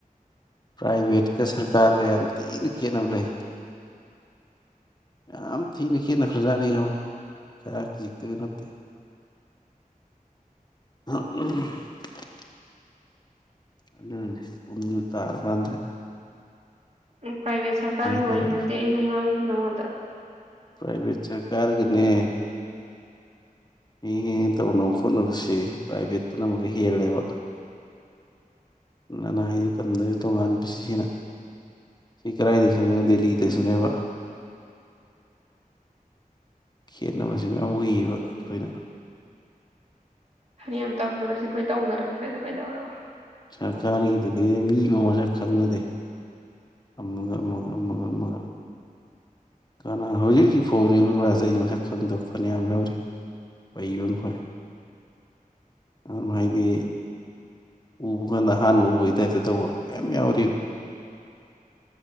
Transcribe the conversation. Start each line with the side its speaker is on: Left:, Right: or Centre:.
Left: ꯄ꯭ꯔꯥꯏꯚꯦꯠꯀ ꯁꯔꯀꯥꯔꯒ ꯌꯥꯝ ꯊꯤꯅ ꯈꯦꯠꯅꯕ ꯂꯩ ꯌꯥꯝ ꯊꯤꯅ ꯈꯦꯠꯅꯈ꯭ꯔꯖꯥꯠꯅꯤ ꯏꯉꯣ ꯈꯔ ꯈꯤꯖꯤꯛꯇꯒꯤ ꯅꯠꯇꯦ <unintelligible> ꯑꯗꯨꯗꯦ ꯄꯨꯡ ꯇꯔꯀꯥꯟꯗ
Right: ꯎ ꯄ꯭ꯔꯥꯏꯚꯦꯠ ꯁꯔꯀꯥꯔꯒꯤ
Left: ꯍꯥꯏꯔꯛꯏ
Right: ꯋꯥꯔꯤ ꯅꯠꯇꯦ ꯑꯩꯅꯥꯡꯉꯁꯤ ꯍꯣꯗ
Left: ꯄ꯭ꯔꯥꯏꯚꯦꯠ ꯁꯔꯀꯥꯔꯒꯤꯅꯦ ꯍꯤ ꯍꯤ ꯇꯧꯅꯕ ꯈꯣꯠꯅꯕꯁꯤ ꯄ꯭ꯔꯥꯏꯚꯦꯠꯇꯅ ꯑꯃꯨꯛ ꯍꯦꯜꯂꯦꯕ ꯅꯅꯥꯏꯗꯤ ꯇꯝꯅꯔꯤ ꯇꯣꯉꯥꯟꯕꯁꯤ ꯍꯟꯅ ꯁꯤ ꯀꯗꯥꯏꯗ ꯁꯪꯉꯣ ꯗꯦꯜꯂꯤꯗꯁꯨꯅꯦꯕ
Right: ꯎꯝ
Left: ꯈꯦꯠꯅꯕ ꯁꯤ ꯃꯌꯥꯝ ꯎꯨꯏꯌꯦꯕ ꯑꯩꯈꯣꯏꯅ
Right: ꯐꯅꯌꯥꯝ ꯇꯧꯅꯔꯁꯤ ꯑꯩꯈꯣꯏ ꯇꯧꯅꯔꯛꯇ꯭ꯔꯦꯗꯣ ꯀꯩꯗꯧꯔꯕ
Left: ꯁꯔꯀꯥꯔꯒꯤꯗꯗꯤ ꯃꯤꯒꯨꯝ ꯃꯁꯛ ꯈꯪꯅꯗꯦ ꯑꯃꯒ ꯃꯒ ꯃꯒ ꯃꯒ ꯀꯅꯥ ꯍꯧꯖꯤꯛ ꯍꯧꯖꯤꯛ ꯐꯥꯎꯕꯅꯤ ꯍꯧꯂ꯭ꯔꯥꯁꯦ ꯑꯩ ꯃꯁꯛ ꯈꯪꯗꯕ ꯐꯅꯌꯥꯝ ꯌꯥꯎꯔꯤ ꯏꯤꯕ ꯉꯈꯣꯏ ꯑꯗꯨꯝ ꯍꯥꯏꯗꯤ ꯎꯕ ꯀꯥꯟꯗ ꯑꯍꯥꯟꯕ ꯎꯕꯩ ꯇꯥꯏꯞꯇ ꯇꯧꯕ ꯃꯌꯥꯝ ꯌꯥꯎꯔꯤꯕ